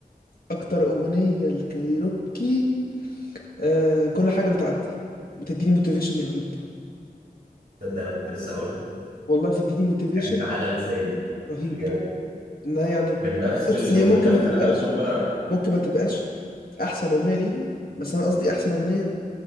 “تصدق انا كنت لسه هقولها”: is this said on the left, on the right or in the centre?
Right